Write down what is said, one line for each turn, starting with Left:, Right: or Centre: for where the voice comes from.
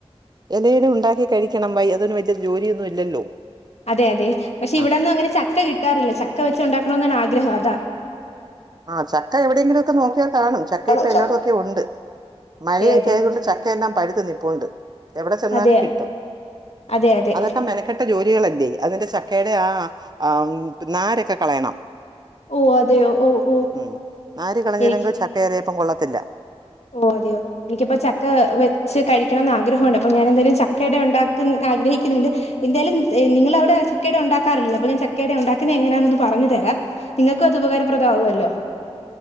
Right: ഇലയട ഉണ്ടാക്കി കഴിക്കണം വൈ അതിനു വലിയ ജോലിയൊന്നും ഇല്ലല്ലോ
Left: അതെ അതെ പക്ഷെ ഇവിടെന്നും
Right: ആ
Left: അങ്ങനെ ചക്ക കിട്ടാറില്ല ചക്ക വെച്ച് ഉണ്ടാക്കണ എന്നാണ് ആഗ്രഹം അതാ
Right: ആ ചക്ക എവിടെയെങ്കിലും ഒക്കെ നോക്കിയാൽ കാണും ചക്ക
Left: അതെ
Right: ഇപ്പൊ എല്ലാടും ഒക്കെ ഉണ്ട് മഴയൊക്കെ
Left: അതെ
Right: ആയതൊണ്ട് ചക്കയെല്ലാം പഴുത്ത് നിപ്പുണ്ട് എവിടെ ചെന്നാലും
Left: അതെ
Right: കിട്ടും.
Left: അതെ, അതെ.
Right: അതൊക്കെ മെനക്കെട്ട ജോലികളല്ലേ അതിന്റെ ചക്കയുടെ ആ നാരൊക്കെ കളയണം
Left: ഓ അതെയോ ഓ ഓ
Right: ഉം നാര് കളഞ്ഞില്ലെങ്കിൽ
Left: എനിക്ക്
Right: ചക്കെയെലയപ്പം കൊള്ളത്തില്ല.
Left: ഓ അതെയോ. എനിക്കിപ്പോ ചക്ക വെച്ച് കഴിക്കണംന്ന് ആഗ്രഹമുണ്ട് അപ്പൊ ഞാൻ എന്തായാലും ചക്ക അട ഉണ്ടാക്കൻ ആഗ്രഹിക്കുന്നുണ്ട് എന്തായാലും നിങ്ങളവിടെ ചക്കയട ഉണ്ടാക്കാറില്ലല്ലോ അപ്പ ഞാൻ ചക്കയട ഉണ്ടാകുന്നെ എങ്ങനാനൊന്ന് പറഞ്ഞു തരാം ഇങ്ങക്കു അത് ഉപകാരപ്രദമാവുമല്ലോ?